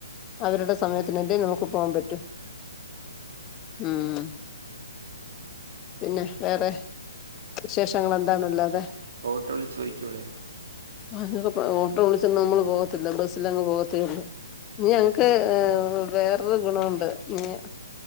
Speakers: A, on the left; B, on the right.
A: അവരുടെ സമയത്തിനല്ലേ നമുക്ക് പോവാൻ പറ്റു ഉം. പിന്നെ വേറെ വിശേഷങ്ങൾ എന്താണ് ഇള്ളത്?
B: ഓട്ടോ വിളിച്ച് ചോദിക്കൂടെ
A: അനൊന്നും ഓട്ടോ വിളിച്ച് നമ്മള് പോവത്തില്ല. ബസ്സിലങ്ങ് പോവത്തേ ഒള്ളൂ. ഇഞ് ഞങ്ങക്ക് ഏഹ് വേറൊരു ഗുണവുണ്ട് ഇഞ്-